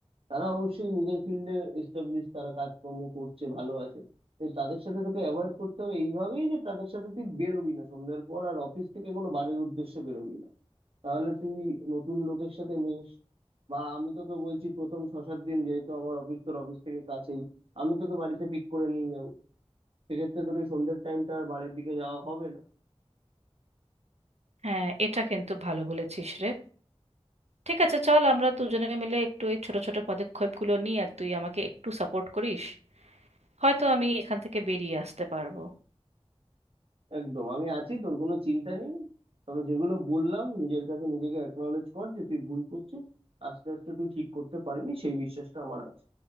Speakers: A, on the right (about 60°); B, on the right (about 80°).
A: তারা অবশ্যই নিজের ফিল্ডে এস্টাবলিশ তারা কাজকর্ম করছে ভালো আছে তো তাদের সাথে তোকে অ্যাভয়েড করতে হবে এইভাবেই যে তাদের সাথে তুই বেরোবি না সন্ধ্যার পর আর অফিস থেকে কোনো বাড়ির উদ্দেশ্যে বেরোবি না তাহলে তুই নতুন লোকের সাথে মিশ বা আমি তোকে বলছি প্রথম ছ সাত দিন যেহেতু আমার অফিস তোর অফিস থেকে কাছেই আমি তোকে বাড়িতে পিক করে নিয়ে যাবো সেক্ষেত্রে তোর ওই সন্ধ্যের টাইমটা আর বাড়ির দিকে যাওয়া হবে না
B: হ্যাঁ এটা কিন্তু ভালো বলেছিস রে ঠিক আছে চল আমরা দুজনে মিলে একটু এই ছোট ছোট পদক্ষেপগুলো নিই আর তুই আমাকে একটু সাপোর্ট করিস হয়তো আমি এখান থেকে বেরিয়ে আসতে পারবো
A: একদম আমি আছি তোর কোনো চিন্তা নেই তবে যেগুলো বললাম নিজের কাছে নিজেকে অ্যাকনোলেজ কর যে তুই ভুল করছিস আস্তে আস্তে তুই ঠিক করতে পারবি সেই বিশ্বাসটা আমার আছে